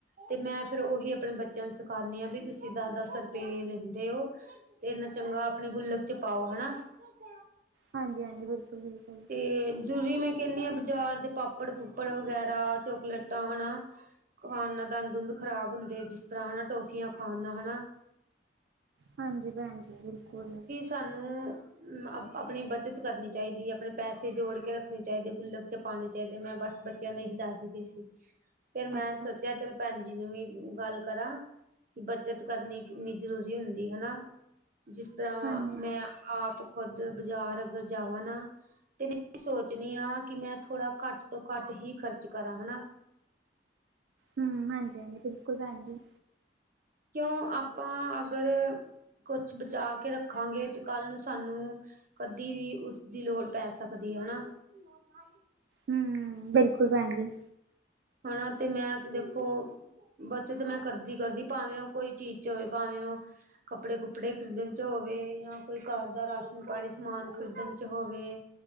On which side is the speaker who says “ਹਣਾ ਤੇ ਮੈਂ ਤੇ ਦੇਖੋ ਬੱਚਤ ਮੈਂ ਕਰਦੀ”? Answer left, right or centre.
Right